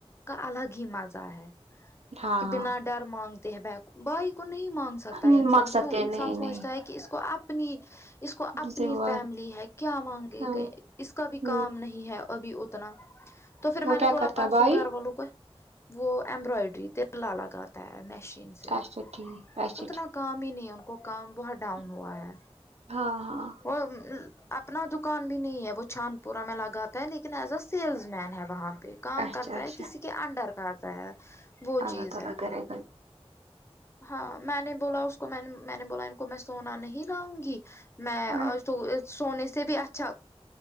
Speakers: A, on the left; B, on the right.
A: کا الگ ہی مزہ ہے
B: ہاں
A: کہ
B: ہاں
A: بنا ڈر مانگتے ہیں ب بھائی کو نہیں مانگ سکتا
B: ہاں
A: ہے انسان
B: مقصد
A: کیوں
B: تھے
A: انسان
B: نہیں
A: سوچتا
B: نہیں
A: ہے کہ اس کو اپ اپنی اس کو اپنی
B: ذمہ وار
A: فیملی ہے کیا مانگے
B: ہاں
A: گئے اس کا بھی
B: ہ
A: کام نہیں ہے ابھی اتنا تو پھر
B: وہ
A: میں نے
B: کیا
A: بولا
B: کرتا
A: پرارسو
B: ہے بھائی
A: گھر والوں کو وہ امبرائڈری ت ل لگاتا ہے مشین سے
B: اچھا ٹھیک اچھا
A: اتنا کام ہی نہیں ان کو کام بہت ڈاؤن
B: ٹھیک
A: ہوا ہے
B: ہاں ہاں
A: اور اپنا دکان بھی نہیں ہے وہ چھان پورہ میں لگاتا ہے لیکن ایز ا سیلز مین ہے وہاں کام
B: اچھا
A: کرتا
B: اچھا
A: ہے کسی کے انڈر کرتا ہے وہ
B: اللہ
A: چیز
B: تعالی
A: ہے
B: کرے گا
A: ہاں میں نے بولا اس کو میں نے بولا ان کو میں سونا نہیں لاؤں گی میں
B: ہ
A: آج تو سونے سے بھی اچھا